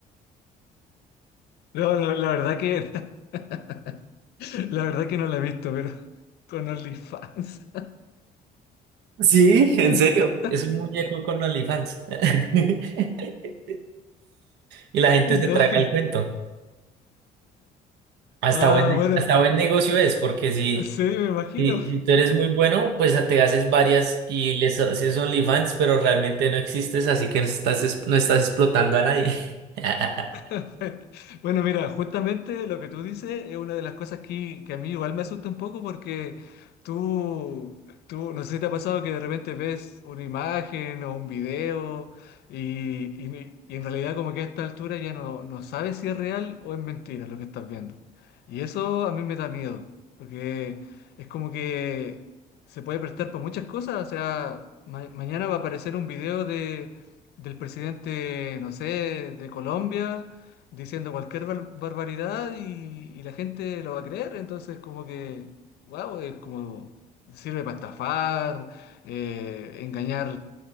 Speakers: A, on the left; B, on the right.
A: No, la, la verdad que <laughs> la verdad que no la he visto, pero con OnlyFans.
B: Sí, en
A: <laughs>
B: serio, es un muñeco con OnlyFans. <laughs> Y la gente
A: No.
B: se traga el cuento. Hasta
A: Ah,
B: buen,
A: bueno,
B: hasta buen negocio es, porque si,
A: sí, me imagino.
B: si, si tú eres muy bueno, pues te haces varias y les haces OnlyFans, pero realmente no existes, así que no estás, es- no estás explotando a nadie. <laughs>
A: <laughs> Bueno, mira, justamente lo que tú dices es una de las cosas que, que a mí igual me asusta un poco porque tú, tú, no sé si te ha pasado que de repente ves una imagen o un video y, y y en realidad como que a esta altura ya no, no sabes si es real o es mentira lo que estás viendo. Y eso a mí me da miedo, porque es como que se puede prestar para muchas cosas, o sea, ma- mañana va a aparecer un video de del presidente, no sé, de Colombia diciendo cualquier bar- barbaridad y, y la gente lo va a creer. Entonces, como que, wow, es como, sirve para estafar, eh, engañar,